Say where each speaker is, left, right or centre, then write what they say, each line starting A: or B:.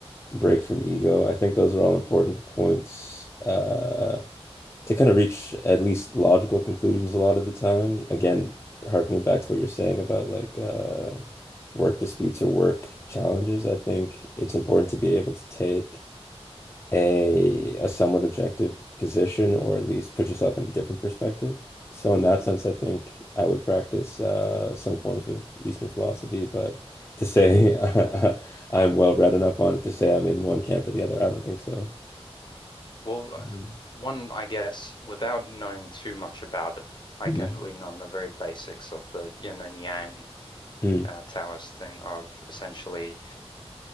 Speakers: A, on the left; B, on the left.
A: break from ego. I think those are all important points. Uh, to kind of reach at least logical conclusions a lot of the time. Again, harkening back to what you're saying about like uh, work disputes or work challenges, I think it's important to be able to take a a somewhat objective position or at least put yourself in a different perspective. So in that sense, I think I would practice uh, some forms of Eastern philosophy, but to say <laughs> I'm well read enough on it to say I'm in one camp or the other, I don't think so.
B: Well, uh,
A: Mhm.
B: one, I guess, without knowing too much about it, I
A: Mhm.
B: can lean on the very basics of the yin and yang
A: Mm.
B: uh, Taoist thing of essentially